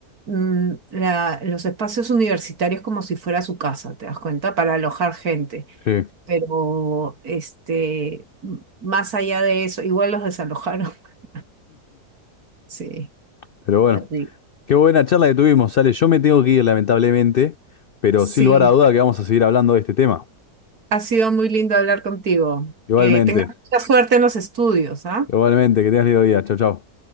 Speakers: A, on the right (about 65°); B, on the left (about 90°).
A: mm, la- los espacios universitarios como si fuera su casa, ¿te das cuenta? Para alojar gente.
B: Sí,
A: Pero este, m- más allá de eso, igual los desalojaron. <laughs> Sí,
B: pero bueno.
A: terrible.
B: Qué buena charla que tuvimos, Sale. Yo me tengo que ir, lamentablemente, pero
A: Sí,
B: sin lugar a duda que vamos a seguir hablando de este tema.
A: ha sido muy lindo hablar contigo.
B: Igualmente,
A: Que tengas mucha suerte en los estudios, ¿ah?
B: igualmente, que tengas lindo día. Chau, chau.